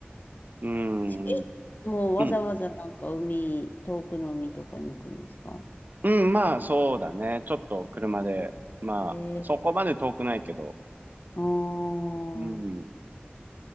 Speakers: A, on the right (about 45°); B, on the left (about 50°).
A: うん、
B: ち、
A: う
B: え、もうわざわざなんか海、
A: ん。
B: 遠くの海とかに行くんですか
A: うん、まあ、そうだね。ちょっと車で。まあ、
B: ええ
A: そこまで遠くないけど。
B: ああー、
A: うん。